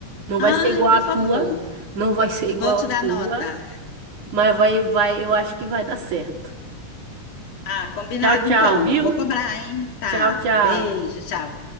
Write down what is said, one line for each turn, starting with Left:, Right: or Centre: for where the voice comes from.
Right: Não vai
Left: Ai,
Right: ser igual
Left: por
Right: à tua,
Left: favor,
Right: não vai ser igual
Left: vou te
Right: à
Left: dar
Right: tua,
Left: nota.
Right: mas vai, vai, eu acho que vai dar certo.
Left: Ah, combinado
Right: Tchau, tchau,
Left: então.
Right: viu?
Left: Vou cobrar, hein? Tá.
Right: Tchau, tchau.
Left: Beijo, tchau.